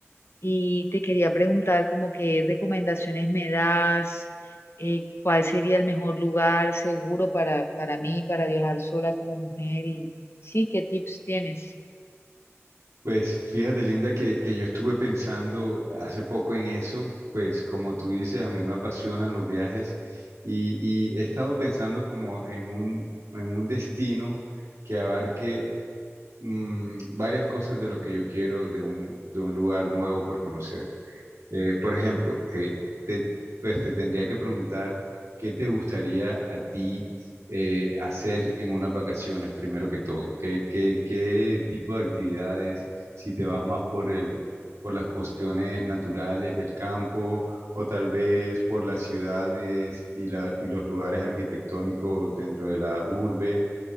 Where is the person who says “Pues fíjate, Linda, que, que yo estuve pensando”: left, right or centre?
Right